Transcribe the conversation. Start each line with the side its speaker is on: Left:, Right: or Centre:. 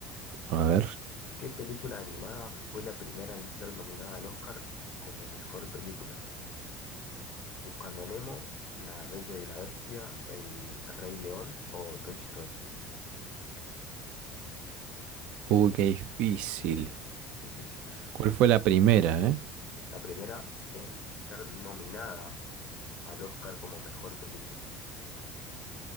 Right: A ver.
Left: ¿Qué película animada fue la primera en ser nominada al Oscar como mejor película? Buscando a Nemo, La Bella y la Bestia, El Rey León o Toy Story.
Right: Uy, qué difícil.
Left: Difícil.
Right: ¿Cuál fue la primera, eh?
Left: La primera en ser nominada al Oscar como mejor película.